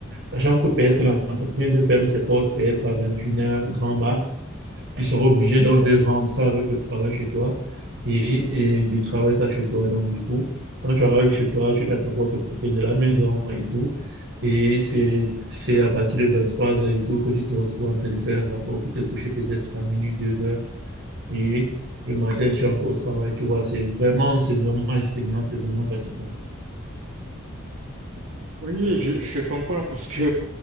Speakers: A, on the right; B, on the right.
A: Sachant que peut-être l'entreprise ferme ses portes peut-être à 21 heures, grand max. Tu seras obligé donc de rentrer avec le travail chez toi et, et de travailler ça chez toi. Donc, du coup, quand tu arrives chez toi, tu dois d'abord t'occuper de la maison et tout. Et c'est c'est à partir de 23 heures et tout que tu te retrouves en train de faire le rapport pour te coucher peut-être à minuit, 2 heures. Et le matin, tu es encore au travail. Tu vois, c'est vraiment, c'est vraiment exténuant, c'est vraiment fatigant.
B: Oui, je, je comprends parce que